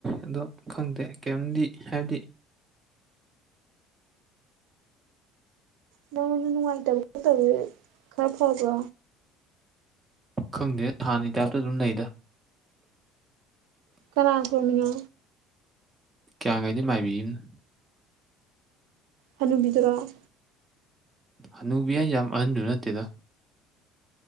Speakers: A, on the right; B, on the right.
A: ꯑꯗꯣ ꯈꯪꯗꯦ ꯀꯩꯝꯗꯤ ꯍꯥꯏꯕꯗꯤ
B: ꯅꯉꯣꯟꯗ ꯅꯨꯡꯉꯥꯏꯇꯕꯒ ꯇꯧꯋꯤ ꯈꯔ ꯐꯕ
A: ꯈꯪꯗꯦ ꯍꯥꯟꯅꯒꯤ ꯇꯥꯏꯞꯇ ꯑꯗꯨꯝ ꯂꯩꯗ
B: ꯀꯔꯥꯡ ꯐꯣꯅꯤꯌꯥ
A: ꯀꯌꯥꯈꯩꯗꯤ ꯃꯥꯏꯕꯤꯅ
B: ꯍꯜꯂꯨꯕꯤꯗꯔꯣ
A: ꯍꯅꯨꯕꯤ ꯑꯩ ꯌꯥꯝ ꯑꯍꯟꯗꯨ ꯅꯠꯇꯦꯗ